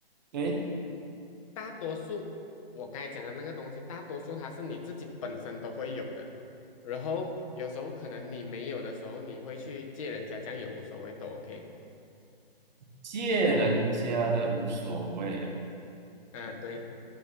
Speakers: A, on the right; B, on the left.
A: 对，
B: 大多数我刚才讲的那个东西，大多数它是你自己本身都会有的，然后有时候可能你没有的时候，你会去借人家，这样也无所谓，都 OK。
A: 借人家的无所谓啊。
B: 嗯，对。